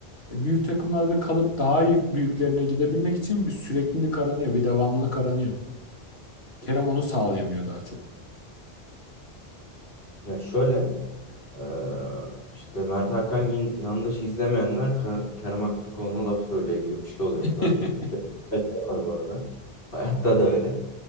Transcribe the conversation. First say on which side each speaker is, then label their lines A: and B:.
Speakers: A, on the left; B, on the left.
A: e, büyük takımlarda kalıp daha iyi büyüklerine gidebilmek için bir süreklilik aranıyor, bir devamlılık aranıyor. Kerem onu sağlayamıyor daha çok.
B: Ya şöyle e, işte Mert Hakan Yan- yandaşı izlemeyenler Ka- Kerem Aktürkoğlu'na laf söylüyor gibi bir şey oluyor bu da.
A: <laughs>
B: Evet, var bu arada. Hayatta da öyle.